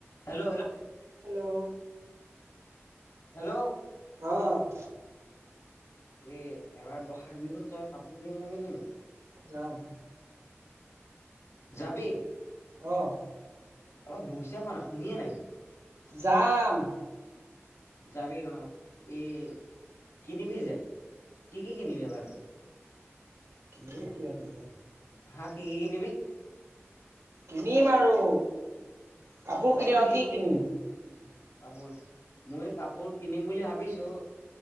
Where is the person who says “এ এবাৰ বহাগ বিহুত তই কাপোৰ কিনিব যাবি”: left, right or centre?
Left